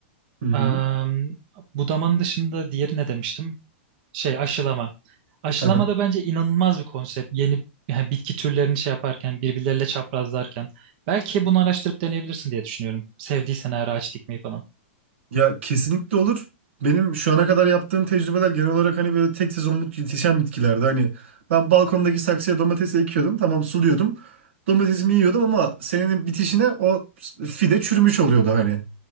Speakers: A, on the right (about 75°); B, on the right (about 55°).
A: Hı hı.
B: Am, budamanın dışında diğeri ne demiştim? şey aşılama. Aşılama
A: Aha.
B: da bence inanılmaz bir konsept. Yeni yani bitki türlerini şey yaparken, birbirleriyle çaprazlarken. Belki bunu araştırıp deneyebilirsin diye düşünüyorum. Sevdiysen eğer ağaç dikmeyi falan.
A: Ya kesinlikle olur. Benim şu ana kadar yaptığım tecrübeler genel olarak hani böyle tek sezonluk yetişen bitkilerde. Hani ben balkondaki saksıya domates ekiyordum. Tamam suluyordum. Domatesimi yiyordum ama senenin bitişine o fide çürümüş oluyordu hani.